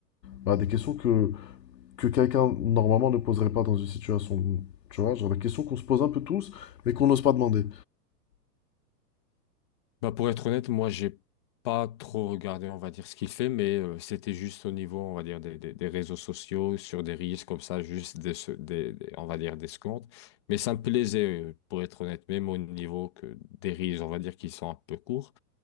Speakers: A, on the left; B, on the left.
A: bah, des questions que, que quelqu'un normalement ne poserait pas dans une situation, tu vois, genre des questions qu'on se pose un peu tous, mais qu'on n'ose pas demander.
B: Bah pour être honnête, moi, j'ai pas trop regardé, on va dire, ce qu'il fait, mais euh, c'était juste au niveau, on va dire, des, des- des réseaux sociaux, sur des reels comme ça, juste des, se- des- des- on va dire, des secondes. Mais ça me plaisait, euh, pour être honnête, même au niveau que des reels, on va dire, qui sont un peu courts,